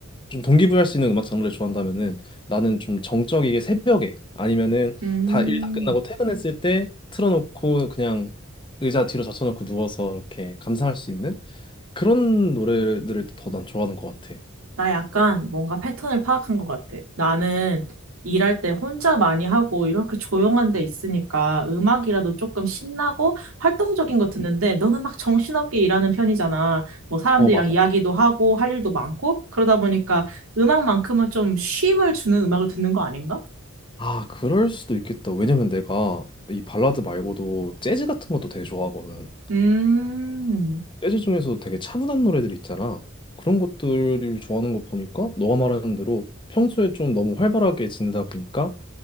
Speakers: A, on the left; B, on the right.
A: 좀 동기부여할 수 있는 음악 장르를 좋아한다면은 나는 좀 정적이게 새벽에 아니면은
B: 음.
A: 다 일 다 끝나고 퇴근했을 때 틀어놓고 그냥 의자 뒤로 젖혀놓고 누워서 이렇게 감상할 수 있는 그런 노래들을 더 난 좋아하는 것 같아.
B: 나 약간 뭔가 패턴을 파악한 것 같아. 나는 일할 때 혼자 많이 하고 이렇게 조용한 데 있으니까 음악이라도 조금 신나고 활동적인 거 듣는데 너는 막 정신없게 일하는 편이잖아. 뭐 사람들이랑
A: 어, 맞아.
B: 이야기도 하고 할 일도 많고 그러다 보니까 음악만큼은 좀 쉼을 주는 음악을 듣는 거 아닌가?
A: 아, 그럴 수도 있겠다. 왜냐면 내가 이 발라드 말고도 재즈 같은 것도 되게 좋아하거든.
B: 음.
A: 재즈 중에서도 되게 차분한 노래들 있잖아. 그런 것들을 좋아하는 거 보니까 너가 말하는 대로 평소에 좀 너무 활발하게 지내다 보니까